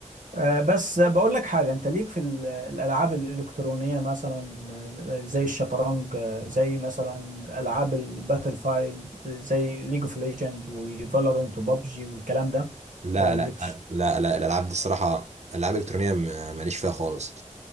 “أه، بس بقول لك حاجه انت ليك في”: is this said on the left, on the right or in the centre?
Right